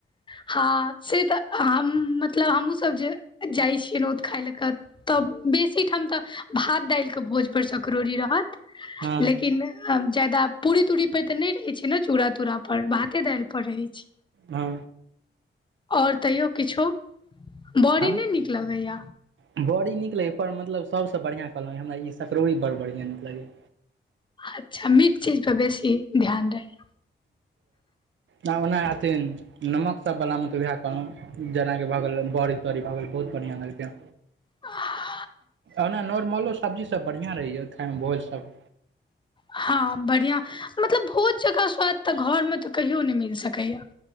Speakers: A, on the left (about 25°); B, on the right (about 65°).
A: हँ से तऽ हम मतलब हमहूँ सब जे जाइ छियै नोत खाय लए कऽ तऽ बेसी ठाम तऽ भात-दालिकेऽ भोज पर सकौड़री रहत
B: हँ
A: लेकिन जादा पूरी-तूरी पर तऽ नय रहै छै ने, चूड़-तूरा पर भा ते दायल पर रहै छै
B: हँ
A: और तैयो किछो बड़ी
B: हम
A: नय नीक लगैय
B: बड़ी नीक लैया पर मतलब सभसँ बढ़िआँ कहलहुँं हमरा ई सकड़ौरी बड़ बढ़िआँ नीक लगैए
A: अच्छा मीठ चीजपर बेसी ध्यान रहैय
B: न ओना अथिन नमकसभ वलामे तऽ उएह कहलहुँ जेनाकि भऽ गेल बड़ी तड़ी भऽ गेल बहुत बढ़िआ लगतै
A: ह
B: ओना नॉर्मलो सब्जीसभ बढ़िआँ रहैए खायमे भोज सभ
A: हँ बढ़िया मतलब भोज जका स्वाद तऽ घर मे तऽ कहियो नय मिल सकैया